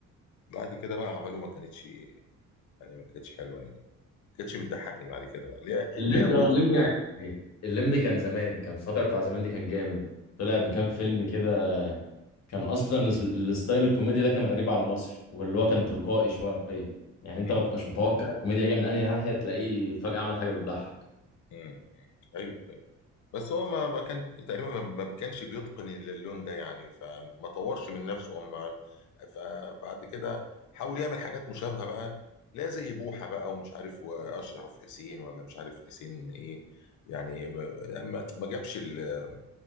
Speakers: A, on the left; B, on the left.
A: بعد كده بقى عمله ما كانتش يعني ما كانتش حلوه يعني ما كانتش بتضحكني بعد كده بقى ليه
B: الليمبي
A: ليه ابوه
B: اه الليمبي يعني الليمبي كان زمان كان الفترة بتاع زمان دي كان جامد طلع بكام فيلم كده كان اصلا ال- الستايل الكوميديا ده كان غريب على مصر واللي هو كان تلقائي شوية يعني انت
A: م-
B: ما تبقاش متوقع الكوميديا جايه من انهي ناحية تلاقيه فجأة عمل حاجة بتضحك
A: م- م. ايوه ايوه بس هو ما ما كان تقريبا ما ما كانش بيتقن اللون ده يعني فما طورش من نفسه اما فبعد كده حاول يعمل حاجات مشابهه بقى لا زي بوحه بقى ومش عارف واشرف حسين ولا مش عارف حسين ايه يعني ما يعني ما- ما جابش ال-